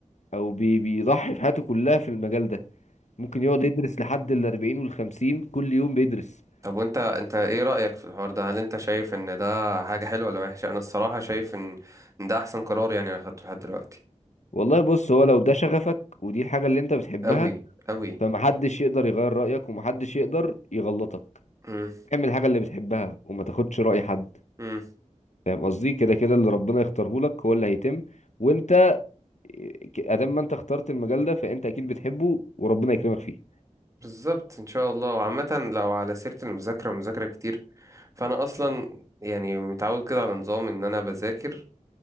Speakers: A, on the left; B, on the right.
A: او بي بيضحي بحياته كلها في المجال ده ممكن يقعد يدرس لحد ال 40 وال 50 كل يوم بيدرس
B: طب وانت انت ايه رأيك في الحوار ده هل انت شايف ان ده حاجة حلوة ولا وحشة انا الصراحة شايف ان ان ده احسن قرار يعني انا خدته لحد دلوقتي
A: والله بص هو لو ده شغفك ودي الحاجة اللي انت بتحبها
B: قوي قوي
A: فمحدش يقدر يغير رأيك ومحدش يقدر يغلطك
B: امم
A: اعمل الحاجة اللي بتحبها وما تاخدش رأي حد
B: امم
A: فاهم قصدي كده كده اللي ربنا يختاره لك هو اللي هيتم وانت ك- ادام ما انت اخترت المجال ده فانت اكيد بتحبه وربنا يكرمك فيه
B: بالظبط ان شاء الله وعامة لو على سيرة المذاكرة ومذاكرة كتير فانا اصلا يعني متعود كده على نظام ان انا بذاكر